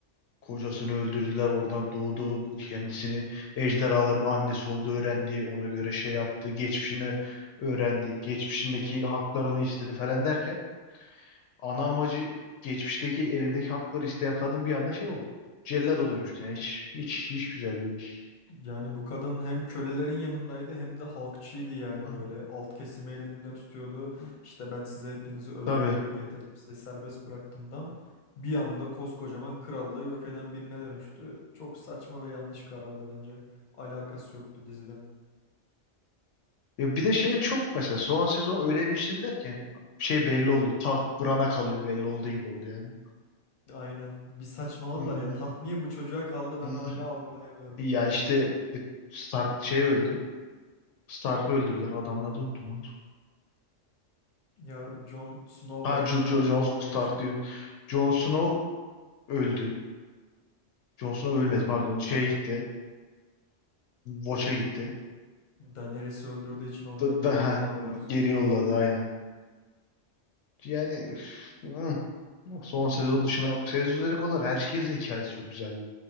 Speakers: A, on the left; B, on the left.
A: kocasını öldürdüler. Oradan doğdu. Kendisini ejderhaların annesi olduğu öğrendi. Ona göre şey yaptı. Geçmişini öğrendi. Geçmişindeki haklarını istedi falan derken ana amacı geçmişteki elindeki hakları isteyen kadın bir anda şey oldu. Cellada dönüştü yani hiç hiç hiç güzel değilmiş.
B: Yani bu kadın hem kölelerin yanındaydı hem de halkçıydı yani
A: Hı,
B: böyle. Alt kesimi elinde tutuyordu.
A: hı.
B: İşte ben size hepinizi özgürlük
A: Tabii.
B: getirdim, size serbest bıraktımdan. Bir anda koskocaman krallığı yok eden birine dönüştü. Çok saçma ve yanlış karardı bence. Alakası yoktu diziden.
A: Ya bir de şey çok mesela son sezon öyle bir işlediler ki yani şey belli oldu. Taht Bran'a kalıyor belli olduğu gibi oldu yani.
B: Aynen. Bir saçmaladılar
A: Hı hı.
B: ya. Taht niye bu çocuğa kaldı ben
A: Hı hı.
B: hala algılayamıyorum.
A: Ya işte e, Stark şey öldü. Stark'ı öldürdüler. Adamın adını unuttum lan. dur.
B: Ya Jon Snow
A: Ha
B: bence
A: Jo Jo-
B: o
A: Jon
B: tahta
A: Stark
B: geçmeliydi.
A: diyor. Jon Snow öldü. Jon Snow ölmedi
B: O ölmedi
A: pardon.
B: hocam.
A: Şeye gitti. Watch'a gitti.
B: Daenerys'i öldürdüğü için onu
A: Da-
B: geri
A: Daha
B: yolladılar.
A: geri yolladı
B: sonra.
A: aynen. Yani üf, hı. son sezon dışına sezon üzeri kadar herkesin hikayesi çok güzeldi.